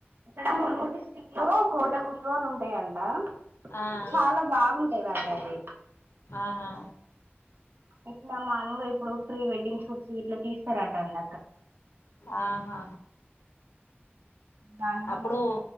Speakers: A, on the right; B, on the left.
A: ఇక్కడ ములుగరు డిస్టిక్ట్ లో కోట గున్లు అని ఉంటాయండి ఆ
B: ఆ
A: చాలా బాగుంటాయి వాటి అది
B: ఆహా
A: ఇట్లా మాములగా ఇప్పుడు ప్రీ వెడ్డింగ్ షూట్స్ ఇట్లా తీస్తారట అంట
B: ఆహా
A: దాని గురించి
B: అప్పుడు